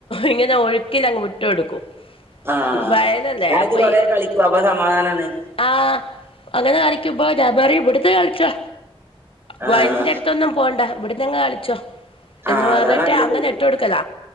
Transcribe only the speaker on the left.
ഇങ്ങ നെ ഒഴുക്കില് അങ്ങ് വിട്ട് കൊടുക്കും
വയലല്ലേ
അപ്പൊ
ഈ
ആ അങ്ങനെ കളിക്കുമ്പോ ഞാമ്പറയും ഇവിടുത്തെ കളിച്ചോ
വയലിന്റെ അടു ന്നും പോണ്ട ഇവിടന്നങ്ങ് കളിച്ചോ
എന്ന് പറഞ്ഞിട്ട്
അങ്ങന ഇട്ട് കൊടുത്തത